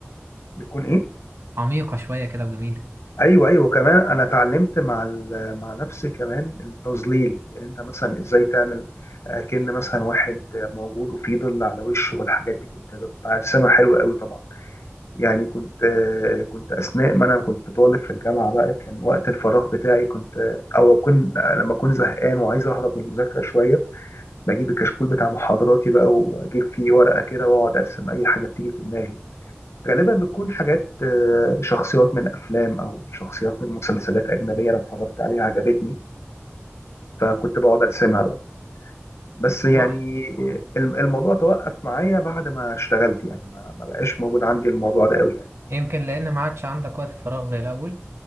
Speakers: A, on the left (about 75°); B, on the right (about 65°).
A: بيكون ايه
B: عميقه شويه كده وجميله
A: ايوه ايوه كمان انا اتعلمت مع ال- مع نفسي كمان التظليل يعني انت مثلا ازاي تعمل آه، كأن مثلا واحد آه، موجود وفيه ظل على وشه والحاجات دي كنت برسمها حلوه قوي طبعا يعني كنت آه، كنت اثناء ما انا كنت طالب في الجامعه بقى كان وقت الفراغ بتاعي كنت آه، او اكون آه، لما اكون زهقان وعايز اهرب من المذاكره شويه بجيب الكشكول بتاع محاضراتي بقى واجيب فيه ورقه كده واقعد ارسم اي حاجه بتيجي في دماغي غالبا بتكون حاجات آه، شخصيات من افلام او شخصيات من مسلسلات اجنبيه انا اتفرجت عليها عجبتني فكنت بقعد ارسمها بقى بس يعني
B: والله
A: آه، الم- الموضوع توقف معايا بعد ما اشتغلت يعني ما ما بقاش موجود عندي الموضوع ده قوي يعني
B: يمكن لان ما عادش عندك وقت فراغ زي الاول